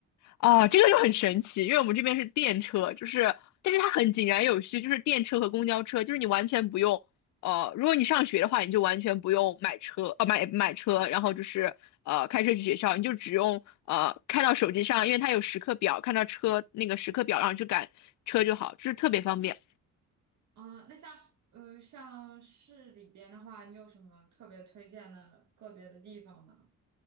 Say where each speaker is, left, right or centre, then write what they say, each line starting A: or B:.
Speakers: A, on the left; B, on the right.
A: 哦，这个就很神奇，因为我们这边是电车，就是，但是它很井然有序，就是电车和公交车，就是你完全不用，呃，如果你上学的话，你就完全不用买车，呃，买买车，然后就是呃开车去学校，你就只用呃看到手机上，因为它有时刻表，看到车那个时刻表，然后去赶车就好，就是特别方便。
B: 啊、那像呃，像市里边的话，你有什么特别推荐的个别的地方吗？